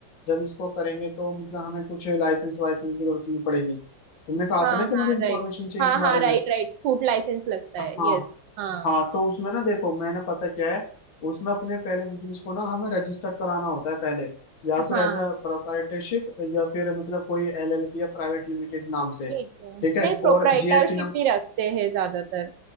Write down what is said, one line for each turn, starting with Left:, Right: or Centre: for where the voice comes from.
Left: जब इसको करेंगे तो मतलब हमें कुछ लाइसेंस वाइसेंस की जरूरत नहीं पड़ेगी तुमने कहा
Right: हाँ
Left: था ना कि मुझे
Right: हाँ
Left: इन्फॉर्मेशन
Right: राइट
Left: चाहिए
Right: हाँ
Left: इस
Right: हाँ
Left: बारे में
Right: राइट राइट फूड लाइसेंस लगता
Left: हाँ
Right: है यस हाँ
Left: हाँ तो उसमें ना देखो मैंने पता क्या है उसमें अपने पहले बिजनेस को ना हमें रजिस्टर कराना होता है पहले या तो
Right: हाँ
Left: एज अ प्रोप्राइटरशिप या फिर मतलब कोई एलएलपी या प्राइवेट लिमिटेड नाम से
Right: ठीक
Left: ठीक
Right: है
Left: है
Right: नहीं प्रोप्राइटरशिप
Left: और जीएसटी नंबर
Right: ही रखते हैं ज्यादातर